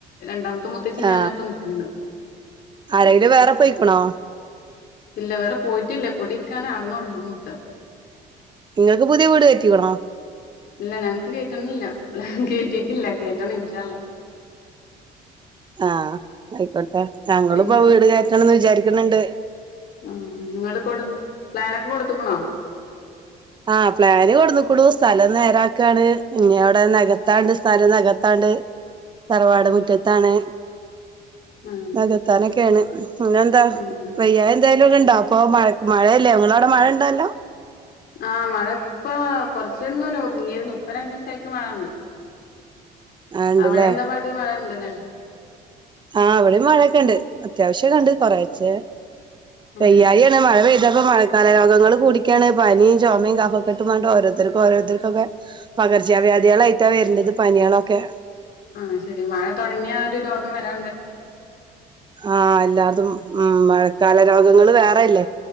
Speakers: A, on the left (about 65°); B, on the right (about 25°).
A: രണ്ടാമ മ മുത്തേച്ച
B: ആ
A: ഞാന ഇപ്പ നിൽക്കുണത്
B: ആരെങ്കിലും
A: ഉ
B: വേറെ പോയിക്കണോ
A: ഇല്ല വേറെ പോയിട്ടില്ല കൂടിരിക്കാന ആകണള്ളൂ ത്ത <unintelligible>
B: നിങ്ങൾക്ക് പുതിയ വീട് <unintelligible>
A: ഇല്ല ഞങ്ങക്ക് <unintelligible> കേറ്റിട്ടില്ല കേറ്റണം ഇൻഷാഅല്ലാഹ്
B: ആഹ ആയിക്കോട്ടെ ഞങ്ങളും
A: പിന്നെ
B: ഇപ്പ
A: എന്തൊക്കെയാ
B: വീട് കയറ്റണംന്ന് വിചാരിക്കുന്നുണ്ട്.
A: ഉം ഇങ്ങള് കൊടു പ്ലാനൊക്കെ കൊടുത്തക്കണോ?
B: ആഹ പ്ലാന് കൊടുന്നക്കടൂ സ്ഥലം നേരാക്കാണ് ഇനി അവിടെ നകത്താണ്ട് സ്ഥലം നകത്താണ്ട്. ണ്ട് തറവാട
A: ഉം
B: മുറ്റത്താണ്
A: ഉം
B: നഗത്താനൊക്കെയാണ്. അങ്ങെന്താ
A: ഉം
B: വയ്യാ എന്തായാലും ഒക്കെ ഇണ്ടാ അപ്പൊ മഴ മഴയല്ല നിങ്ങള അവിടെ മഴ ഇണ്ടോ? <unintelligible>
A: ആഹ മഴ ഇപ്പോ കൊറചെരം ഒന്ന് ഒതുങ്ങിര്‌ന്ന്‌ ഇപ്പരണ്ടീസ ആയിട്ട് മയണ്ട്
B: ആ ഇണ്ട്ല്ലേ
A: അവിടെ എന്താ പാട് മഴ ഇണ്ട് ലേ
B: ആ അവിടെയും മഴയൊക്കെ ഉണ്ട് അത്യാവശ്യം കണ്ട് കൊറച്ച
A: ആഹ്
B: വയായി ആണ് മഴപെയ്തപ്പം <unintelligible> കലരോഗങ്ങള്ൾ കൂടിക്കാണ് പനിയും ചുമയും കഫക്കെട്ടും <unintelligible> ഓരോത്തർക്കും ഓരോരുത്തർക്കുംക്കെ പകർച്ച വ്യാധികളായിട്ടാ വരുന്നത് പനികളൊക്കെ
A: ആഹ ശരി മഴ തുടങ്ങിയ ഒരു രോഗം വരാ
B: ആഹ അല്ലാതും ഉ മഴക്കാല രോഗങ്ങള് വേറെയല്ലേ?